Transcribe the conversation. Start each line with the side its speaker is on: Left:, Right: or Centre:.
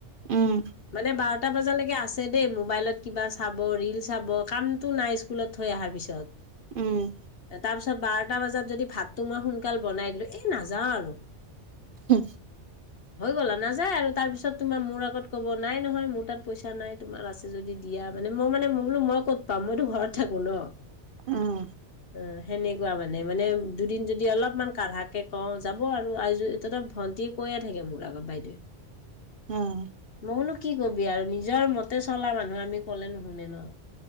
Right: উম
Left: মানে বাৰটা বজালৈকে আছ ছে দেই মোবাইলত কিবা চাব। ৰিল চাব কামতো নাই স্কুলত থৈ অহাৰ পিছত
Right: উম
Left: তাৰ পিছত বাৰটা বজাত যদি ভাতটো মই সোনকাল বনাই দিলোঁ এই নাযাওঁ আৰু
Right: হো
Left: হৈ গ'ল আৰু নাযায় আৰু তাৰ পিছত তোমাৰ মোৰ আগত ক'ব নাই নহয় মোৰ তাত পইচা নাই তোমাৰ আছ ছে যদি দিয়া মানে মই মানে মই বোলো মই ক'ত পাম মইতো ঘৰত থাকো ন
Right: উম
Left: আ সেনেকুৱা মানে মানে দুদিন যদি অলপমান কাঢ়াকে কওঁ যাব আৰু আই য এতিয়া ত' ভণ্টি কৈয়ে থাকে মোৰ আগত বাইদেৱে
Right: উম
Left: মোৰনো কি কবি আৰু নিজৰ মতে চলা মানুহ আমি ক'লে নুশুনে ন